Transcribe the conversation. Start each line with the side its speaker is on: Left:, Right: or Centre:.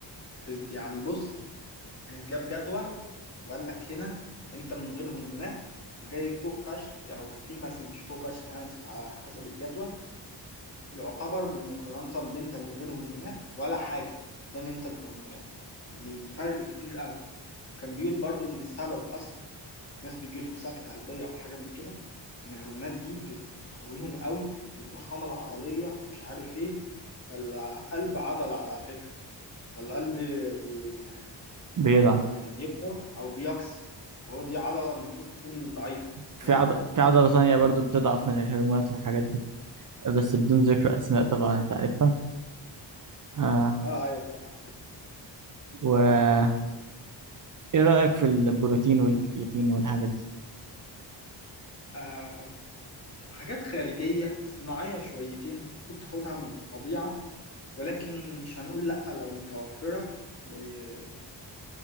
Left: بت- يعني بص آه، جاب جدول وقال لك هنا أنت من غير هرمونات جاي فوق فشخ أو في مثلا مش فوق فشخ يعني بس على حسب الجدول يعتبر بمقارنة بأنت من غير هرمونات ولا حاجة ده أنت بهرمونات الفرق كبير أوي كان بيقول برضو إن السبب أصلا ناس بيجي لهم سكتة قلبية أو حاجة من كده إن الهرمونات دي بتقويهم قوي والضخامة العضلية ومش عارف إيه فالقلب عضلة على فكرة فالقلب بي
Right: بيضعف
Left: يعني بيقوى أو بيقسي هو دي عضلة المفروض تكون ضعيفة
Right: في
Left: فاهم؟
Right: عض... في عضله ثانيه برضو بتضعف من الهرمونات والحاجات دي بس بدون ذكر اسماء طبعا انت عارفها آه
Left: آه آه، أيوه طبعا عارف
Right: و ايه رأيك في البروتين والكرياتين والحاجات دي
Left: آه حاجات خارجية صناعية شويتين المفروض تاخدها من الطبيعة ولكن مش هنقول لأ لو متوفرة وتتكاثر